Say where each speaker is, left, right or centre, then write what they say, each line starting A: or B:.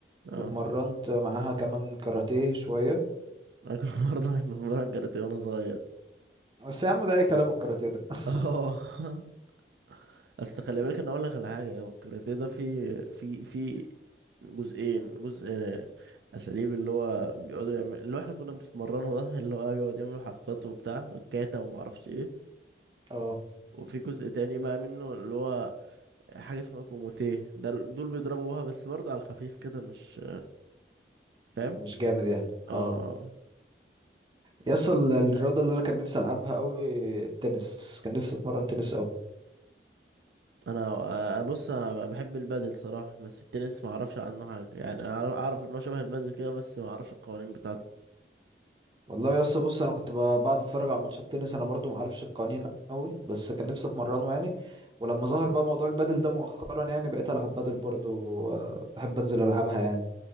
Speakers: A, on the right (about 65°); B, on the right (about 25°).
A: اه
B: واتمرنت معاها كمان كاراتيه شويه
A: انا كنت <laughs> برضه بتمرن كاراتيه وانا صغير
B: بس يا عم ده اي كلام الكاراتيه ده <laughs>
A: اه <laughs> اصل خلي بالك انا اقول لك على حاجه هو الكاراتيه ده في في في جزئين جزء اساليب اللي هو بيقعدوا يعمل اللي هو احنا كنا بنتمرنه ده اللي هو بيقعد يعملوا حركات وبتاع كاتا وما اعرفش ايه
B: اه
A: وفي جزء تاني بقى منه اللي هو حاجه اسمها كوموتيه ده ال- دول بيضربوا بها بس برضه على الخفيف كده مش فاهم
B: مش جامد يعني
A: اه
B: اه يصل الرياضة اللي أنا كان نفسي ألعبها أوي التنس كان نفسي أتمرن تنس أوي
A: انا أنا بص انا بحب البادل صراحه بس التنس ما اعرفش عنه حاجه يعني أنا اعرف إن هو شبه البادل كده بس ما اعرفش القوانين بتاعته
B: والله يا اسطى بص أنا كنت ب- بقعد أتفرج على ماتشات تنس أنا برضو معرفش القوانين أوي بس كان نفسي أتمرنه يعني ولما ظهر بقى موضوع البادل ده مؤخرا يعني بقيت ألعب بادل برضو آه، بحب أنزل ألعبها يعني